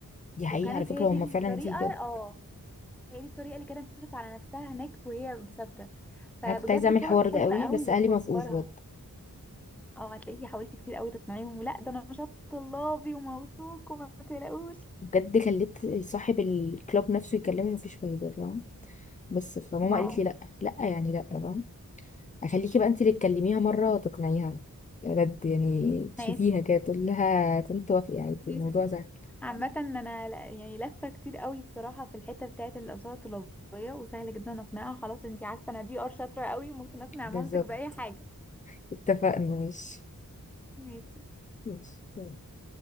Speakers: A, on the left; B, in the centre.
A: دي حقيقة
B: وكانت
A: على فكرة
B: هي دي
A: هما فعلا
B: الطريقة
A: دي بجد
B: اه هي دي الطريقة اللي كانت بتصرف على نفسها هناك وهي مسافرة فبجد
A: أنا كنت عايزة أعمل
B: فرص
A: الحوار
B: حلوة
A: ده قوي
B: قوي
A: بس أهلي
B: بتوفرها
A: ما وافقوش بجد
B: اه هتلاقيكي حاولتي كتير قوي تقنعيهم ولا ده نشاط طلابي وموثوق وما تقلقوش
A: بجد خليت صاحب الكلاب نفسه يكلمه مفيش فايدة فاهم بس فماما
B: واو
A: قالت لي لأ لأ يعني لأ فاهم أخليكي بقى أنت اللي تكلميها مرة تقنعيها بجد يعني تشوفيها
B: ماشي
A: كده تقول لها تنت وافقي عادي
B: ماشي.
A: الموضوع سهل
B: عامة انا لا- يعني لفة كتير قوي بصراحة في الحتة بتاعة الأقساط الطلابية وسهل جدا اقنعها خلاص انتي عارفة انا دي ار شاطرة قوي ممكن اقنع
A: بالظبط
B: مامتك بأي حاجة
A: اتفقنا ماشي
B: ماشي
A: ماشي